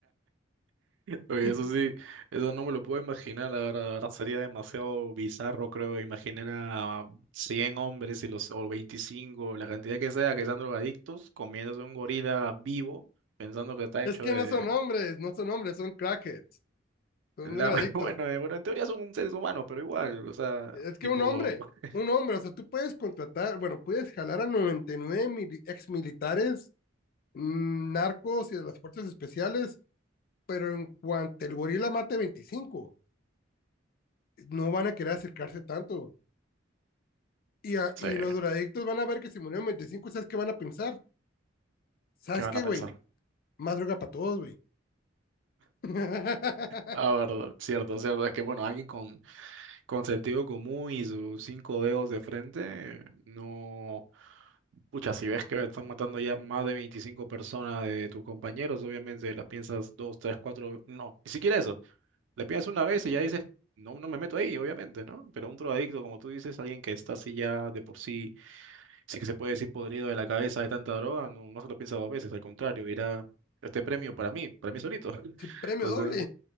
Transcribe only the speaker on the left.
<laughs>
es
que
no son hombres, no son hombres, son crackheads, son
drogadictos.
Es que
un hombre,
un hombre, o sea, tú puedes contratar, bueno, puedes jalar a 99 mil ex militares mm, narcos y de las fuerzas especiales, pero en cuanto el gorila mate 25, no van a querer acercarse tanto. Y, a,
y los drogadictos van a ver que si murieron 25, ¿sabes qué van a pensar? ¿Sabes
qué,
güey? Más droga para todos, güey. <laughs>
premio
doble.